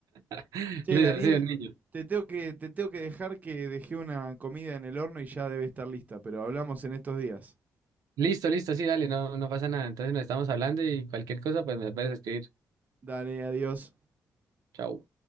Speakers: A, on the right; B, on the right.
A: <laughs>
B: Che,
A: Listo,
B: Daniel,
A: sí, un niño.
B: te tengo que, te tengo que dejar que dejé una comida en el horno y ya debe estar lista, pero hablamos en estos días.
A: Listo, listo, sí, dale, no, no pasa nada. Entonces nos estamos hablando y cualquier cosa, pues me puedes escribir.
B: Dale, adiós.
A: Chao.